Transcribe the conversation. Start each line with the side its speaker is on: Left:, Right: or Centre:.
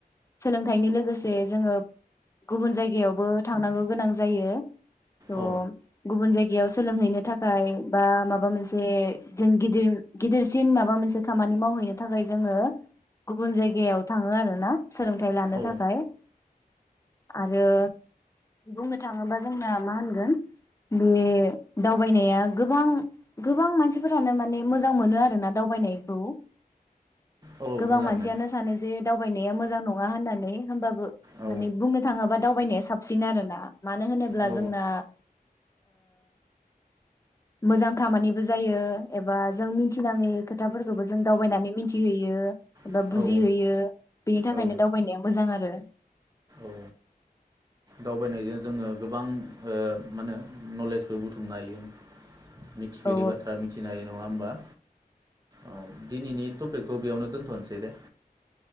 Left: सोलोंथाइनि लोगोसे जोङो गुबुन जायगायावबो थांनांगौ गोनां जायो। त
Right: औ
Left: गुबुन जायगा। बेयाव सोलोंहैनो थाखाय बा माबा मोनसे जों गिदिर गिदिरसिन माबा मोनसे खामानि मावहैनो थाखाय जोङो गुबुन जायगायाव थाङो आरो ना। सोलोंथाइ लानो
Right: औ
Left: थाखाय। आरो बुंनो थाङोबा जोंना मा होनो। बे दावबायनाया गोबां गोबां मानसिफोरानो माने मोजां मोनो आरोना दावबायनायखौ।
Right: औ
Left: गोबां
Right: मोजां
Left: मानसियानो
Right: मोनो
Left: सानो जे दावबायनाया मोजां नङा। नङा होननानै होमबाबो। माने
Right: औ
Left: बुंनो थाङोबा। दावबायनाया साबसिन आरो ना। मानो होनोब्ला
Right: औ
Left: जोंना। मोजां खामानिबो जायो एबा जों मिथिनाङै खोथाफोरखौबो जों दावबायनानै मिथि। हैयो एबा
Right: औ
Left: बुजिहैयो बेनि थाखायनो
Right: औ
Left: दावबायनाया मोजां आरो।
Right: औ दावबायनायजों जोङो गोबां मा होनो नलेजबो बुथुमनो हायो। मिथिफेरि
Left: औ
Right: बाथ्रा मिथिनाय नङा होमबा। औ दिनैनि टपिकखौ बेयावनो दोन। दोनसै दे।